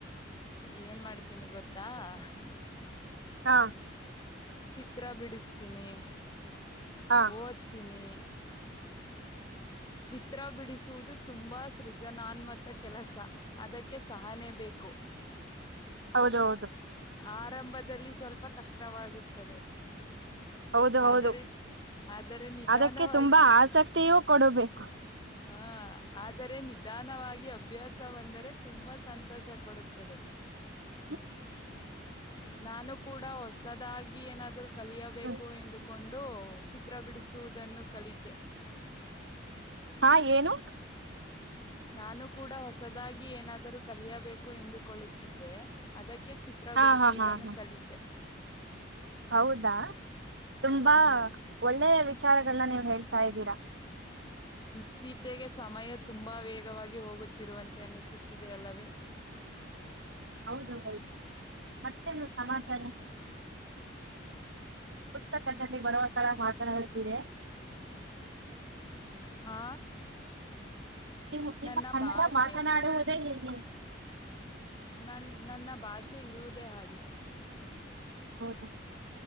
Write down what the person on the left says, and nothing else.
ಏನ್ ಮಾಡ್ತೀನಿ ಗೊತ್ತ. ಹಾ.
ಚಿತ್ರ ಬಿಡಿಸ್ತೀನಿ
ಓದ್ತೀನಿ. ಚಿತ್ರ ಬಿಡಿಸುವುದು ತುಂಬಾ ಸೃಜನಾನ್ಮತ ಕೆಲಸ ಅದಕ್ಕೆ ಸಹನೆ ಬೇಕು. ಕು.
ಆರಂಭದಲ್ಲಿ ಸ್ವಲ್ಪ ಕಷ್ಟವಾಗುತ್ತದೆ.
ಆದರೆ ಆದರೆ ನಿಧಾನವಾಗಿ
ಹಾ ಆದರೆ ನಿಧಾನವಾಗಿ ಅಭ್ಯಾಸ ಬಂದರೆ ತುಂಬಾ ಸಂತೋಷ ಕೊಡುತ್ತದೆ.
ನಾನು ಕೂಡ ಹೊಸದಾಗಿ ಏನಾದ್ರು. ಕಲಿಯಬೇಕು
ಎಂದುಕೊಂಡು ಚಿತ್ರ ಬಿಡಿಸುವುದನ್ನು ಕಲಿತೆ.
ನಾನು ಕೂಡ ಹೊಸದಾಗಿ ಏನಾದರೂ ಕಲಿಯಬೇಕು ಎಂದುಕೊಳ್ಳುತ್ತಿದ್ದೆ ಅದಕ್ಕೆ. ಕ್ಕೆ ಚಿತ್ರ
ಬಿಡಿಸುವುದನ್ನು
ಕಲಿತೆ.
ಹ್ಮ್
ಇತ್ತೀಚೆಗೆ ಸಮಯ ತುಂಬಾ ವೇಗವಾಗಿ ಹೋಗುತ್ತಿರುವಂತೆ ಅನಿಸುತ್ತಿದೆ ಅಲ್ಲವೇ.
ಹಾ.
ನನ್ನ
ಭಾಷೆ
ನನ್ ನನ್ನ ಭಾಷೆ ಇರುವುದೇ ಹಾಗೆ.